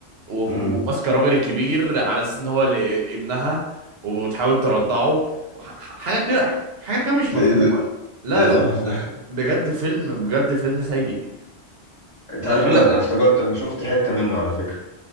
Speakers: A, on the right; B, on the left.
A: وف-
B: مم.
A: وماسكه الراجل الكبير على اساس ان هو ل- ابنها وبتحاول ترضعه وح- حاجه كده حاجه كده مش
B: ده
A: مفهومه
B: ايه ده؟
A: لا
B: ده ايه
A: لا
B: القرف ده؟
A: بجد فيلم بجد فيلم سيء
B: انت
A: مشكله
B: عارف انا انا افتكرت انا شفت حتة منه على فكرة